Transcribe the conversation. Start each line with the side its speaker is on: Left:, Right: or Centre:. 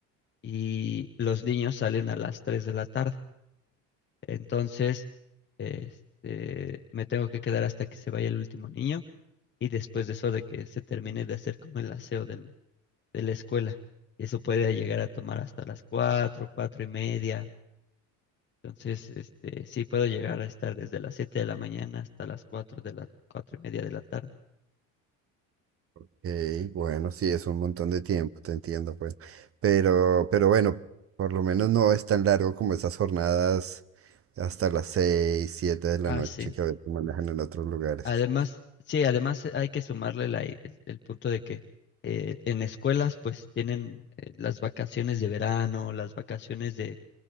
Left: y los niños salen a las 3 de la tarde. Entonces, este, me tengo que quedar hasta que se vaya el último niño y después de eso de que se termine de hacer como el aseo del- de la escuela. Y eso puede llegar a tomar hasta las cuatro, cuatro y media. Entonces, este, sí puedo llegar a estar desde las siete de la mañana hasta las cuatro de la, cuatro y media de la tarde.
Right: Ok, bueno, sí, es un montón de tiempo, te entiendo, pues. Pero, pero bueno, por lo menos no es tan largo como esas jornadas hasta las seis, siete de la
Left: Ah,
Right: noche
Left: sí.
Right: que a veces manejan en otros lugares.
Left: Además, sí, además hay que sumarle la- el, el punto de que eh, en escuelas pues tienen eh, las vacaciones de verano, las vacaciones de,